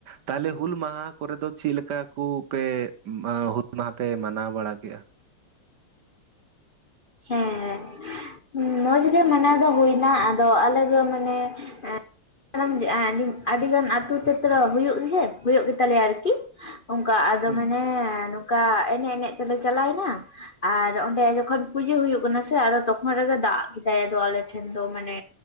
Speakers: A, on the right (about 65°); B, on the left (about 50°).
A: ᱛᱟᱦᱞᱮ ᱦᱩᱞ ᱢᱟᱦᱟ ᱠᱚᱨᱮ ᱫᱚ ᱪᱮᱫ ᱞᱮᱠᱟ ᱠᱩ ᱯᱮ ᱢᱟ ᱦᱩᱞ ᱢᱟᱦᱟ ᱯᱮ ᱢᱟᱱᱟᱣ ᱵᱟᱲᱟ ᱠᱮᱜᱼᱟ
B: ᱦᱮᱸ ᱢᱚᱡᱽ ᱜᱮ ᱢᱟᱱᱟᱣ ᱫᱚ ᱦᱩᱭᱱᱟ ᱟᱫᱚ ᱟᱞᱮ ᱫᱚ ᱢᱟᱱᱮ ᱮᱸ ᱨᱱ ᱟᱹᱰᱤᱜᱟᱱ ᱟᱹᱛᱩᱳ ᱛᱮᱛᱨᱚ ᱦᱩᱭᱩᱜ ᱜᱮ ᱦᱩᱭᱩᱜ ᱜᱮᱛᱟᱞᱮᱭᱟ ᱟᱨᱠᱤ ᱚᱱᱠᱟ ᱟᱫᱚ
A: ᱦᱩᱸ
B: ᱢᱟᱱᱮ ᱱᱚᱝᱠᱟ ᱮᱱᱮᱡ ᱮᱱᱮᱡ ᱛᱮᱞᱮ ᱪᱟᱞᱟᱣᱮᱱᱟ ᱟᱨ ᱚᱸᱰᱮ ᱡᱚᱠᱷᱚᱱ ᱯᱩᱡᱟᱹ ᱦᱩᱭᱩᱜ ᱠᱟᱱᱟ ᱥᱮ ᱟᱫᱚ ᱛᱚᱠᱷᱚᱱ ᱨᱮᱜᱮ ᱫᱟᱜ ᱠᱮᱫᱟᱭ ᱟᱫᱚ ᱟᱞᱮ ᱴᱷᱮᱱ ᱫᱚ ᱢᱟᱱᱮ